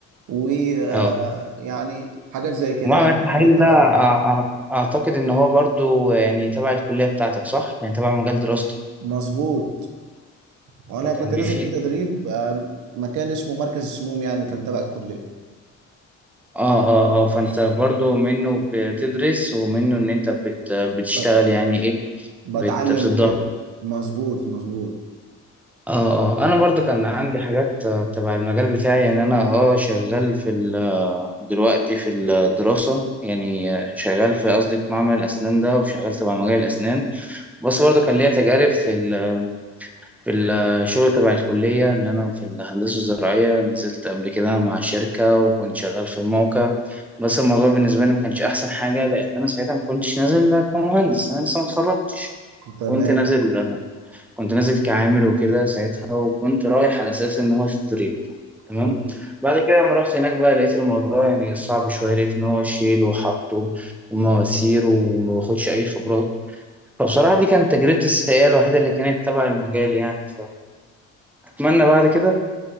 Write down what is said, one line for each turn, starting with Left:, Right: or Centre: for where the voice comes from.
Right: ويعني
Centre: اه
Right: حاجات زي كده
Centre: ومعمل
Right: يعني
Centre: التحاليل
Right: حاجات تبع
Centre: ده أع- أع- اعتقد ان هو برضو يعني تبع الكلية بتاعتك صح يعني تبع مجال دراستك
Right: مظبوط وانا كنت
Centre: كان
Right: نازل
Centre: بيفيد
Right: في تدريب آه، مكان اسمه مركز السموم يعني كان تبع الكليه
Centre: اه اه اه فانت برضو منه بتدرس ومنه ان انت بت بتشتغل
Right: بت-
Centre: يعني ايه
Right: بتعلم
Centre: بت- بتتدرب
Right: وكده مظبوط مظبوط
Centre: اه آه، انا برضو كان عندي حاجات آه، تبع المجال بتاعي يعني انا اه شغال في ال- آه، دلوقتي في الدراسة يعني آه، شغال في قصدي في معمل الاسنان ده وشغال تبع مجال الاسنان بس برضو كان ليا تجارب في ال- في الشغل تبع الكلية ان انا في الهندسة الزراعية نزلت قبل كده مع شركة وكنت شغال في الموقع بس الموضوع بالنسبة لي ما كانش احسن حاجة لان انا ساعتها ما كنتش نازل كمهندس انا لسه ما اتخرجتش
Right: تمام
Centre: كنت نازل آه، كنت نازل كعامل وكده ساعتها وكنت رايح على اساس ان هو ستريب تمام
Right: مم.
Centre: بعد كده لما رحت هناك بقى لقيت الموضوع يعني صعب شويه لقيت ان هو شيل وحطه ومواسير وما باخدش اي خبرات فبصراحه دي كانت تجربتي السيئه الوحيده اللي كانت تبع المجال يعني فاتمنى بعد كده